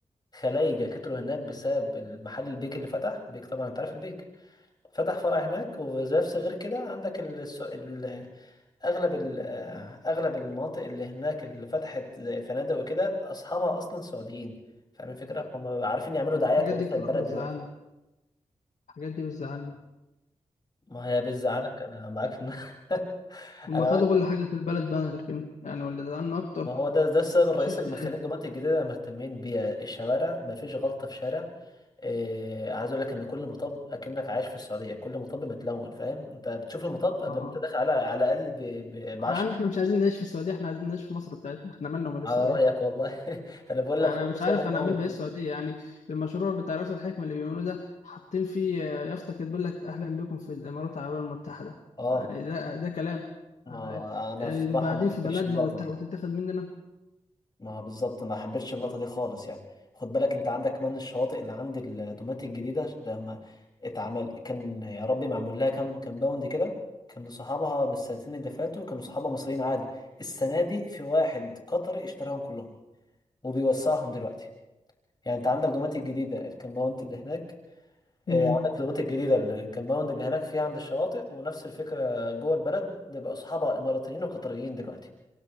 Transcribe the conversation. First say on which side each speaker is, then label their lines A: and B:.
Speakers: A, on the left; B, on the left.
A: خلايجه كتروا هناك بسبب المحل البيك اللي فتح بيك طبعا انت عارف البيك فتح فرع هناك وفي نفس غير كده عندك ال... الس- ال... اغلب ال... اغلب المناطق اللي هناك اللي فتحت زي فنادق وكده اصحابها اصلا سعوديين فاهم الفكره هم عارفين يعملوا دعايه
B: الحاجات
A: كويسه
B: دي بتروح
A: للبلد
B: بتزعلني
A: دلوقتي
B: الحاجات دي بتزعلني
A: ما هي بتزعلك انا معاك في الن- <laughs>
B: هما
A: انا
B: خدوا
A: معاك
B: كل حاجة في البلد بانر كده يعني واللي زعلنا أكتر
A: ما هو ده ده السبب
B: لما
A: الرئيسي
B: شفت
A: اللي مخلين الدومات الجديده مهتمين بيها الشوارع ما فيش غلطه في شارع إيه عايز اقول لك ان كل مطب اكنك عايش في السعوديه كل مطب متلون فاهم انت بتشوف المطب قبل
B: آه
A: ما انت داخل على على الاقل ب 10
B: يا عم إحنا مش عايزين نعيش في السعودية إحنا عايزين نعيش في مصر بتاعتنا إحنا مالنا ومال
A: على
B: السعودية
A: رأيك والله <laughs> انا بقول
B: أنا
A: لك هو
B: مش
A: مسألة
B: عارف أنا
A: عمر
B: أعمل بإيه السعودية يعني المشروع بتاع رأس الحكمة اللي بيعملوه ده حاطين فيه آه، يافطة كده بيقول لك أهلا بكم في الإمارات العربية المتحدة
A: اه
B: يعني ده ده كلام
A: ما
B: آه،
A: انا
B: آه،
A: بصراحة
B: نبقى قاعدين
A: ما حبيتش
B: في بلدنا
A: اللقطة
B: وتت-
A: دي
B: وتتاخد مننا
A: ما بالظبط ما حبيتش اللقطة دي خالص يعني خد بالك انت عندك كمان الشواطئ اللي عند الدومات الجديدة لما اتعمل كان يا ربي معمول لها كام كام باوند كده كان صحابها من السنتين اللي فاتوا كانوا صحابها مصريين عادي السنة دي في واحد قطري اشتراهم كلهم وبيوسعهم دلوقتي يعني انت عندك دوماتي الجديدة الكامباوند اللي هناك آه،
B: مم.
A: عندك في دومات الجديدة الكمباوند اللي هناك فيها عند الشواطئ ونفس الفكرة جوه البلد بيبقى أصحابها إماراتيين وقطريين دلوقتي